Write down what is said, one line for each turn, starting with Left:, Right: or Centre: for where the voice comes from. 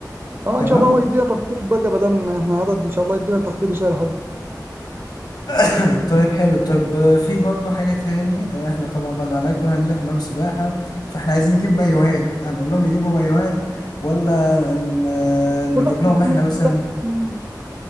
Right: اه
Left: تمام
Right: ان شاء الله هو يدينا تخفيض بقى ما دام احنا عدد ان شاء الله يدينا تخفيض وسعر حلو
Left: <clears throat> طيب حلو طيب آه، في برضو حاجة تاني آه، احنا طبعا بعد ما ناكل هننزل حمام سباحة فاحنا عايزين نجيب مايوهات هنقول لهم يجيبوا مايوهات ولا ن- آه، نجيب
Right: كل واحد
Left: لهم
Right: يجيب
Left: احنا
Right: من
Left: مثلا
Right: يده يعني،